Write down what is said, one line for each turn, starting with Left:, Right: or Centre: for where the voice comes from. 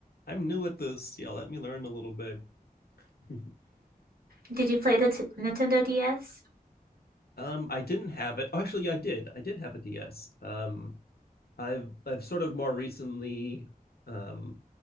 Left: I'm new at this. Yeah, let me learn a little bit. <laughs>
Right: Did you play the t Nintendo DS?
Left: um, I didn't have it. Oh, actually, yeah, I did. I did have a DS. Um, I've I've sort of more recently um,